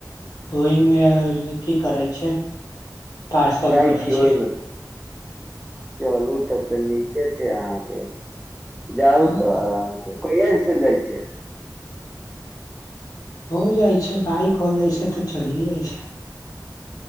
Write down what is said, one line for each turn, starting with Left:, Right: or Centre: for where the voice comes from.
Left: ओहिमे अथी करै छैय पार्सल
Centre: जाइ
Left: करै
Centre: छी ओहिमे
Left: छैय।
Centre: चलू तऽ तऽ नीके छैय अहाँके जाउ
Left: हँ
Centre: तऽ आराम कहिया इंस्टीच्युट जाइ छैय।
Left: हं जाइ छैय बाइक हो जाइ छैय तऽ चलियए जाइ छैय।